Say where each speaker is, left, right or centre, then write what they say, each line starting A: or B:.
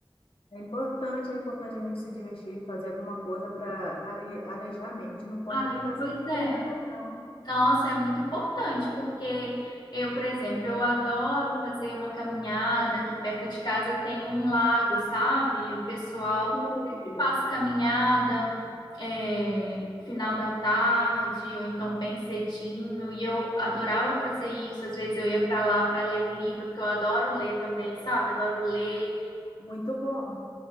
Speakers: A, on the left; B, on the left.
A: É importante, é importante a gente se divertir, fazer alguma coisa para arejar a mente, não pode
B: Ai,
A: ficar
B: pois
A: sem fazer
B: é.
A: nada, não.
B: Nossa, é muito importante, porque eu, por exemplo, eu adoro fazer uma caminhada, aqui perto de casa tem um lago, sabe? O pessoal
A: Ai, que maravilha.
B: sempre faz caminhada, é, final da tarde, ou então bem cedinho, e eu adorava fazer isso. Às vezes eu ia para lá para ler um livro, porque eu adoro ler também, sabe? Adoro ler.
A: Muito bom.